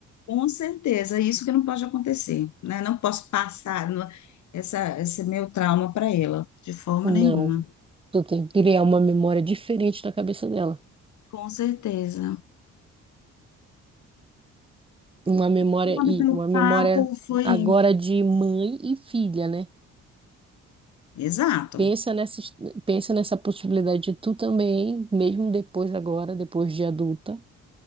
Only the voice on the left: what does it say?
Com certeza, é isso que não pode acontecer, né? Não posso passar no- essa, esse meu trauma para ela, de forma
nenhuma.
Com certeza.
Obrigada
pelo
papo, foi.
Exato.